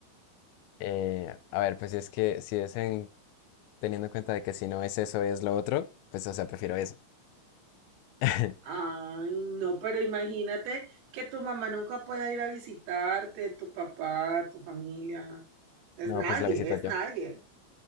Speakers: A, on the left; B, on the right.
A: Eh, a ver, pues es que si es en- teniendo en cuenta de que si no es eso, es lo otro, pues o sea, prefiero eso. <laughs>
B: Ay, no, pero imagínate que tu mamá nunca pueda ir a visitarte, tu papá, tu familia. Es
A: No,
B: nadie,
A: pues la visito
B: es
A: yo.
B: nadie.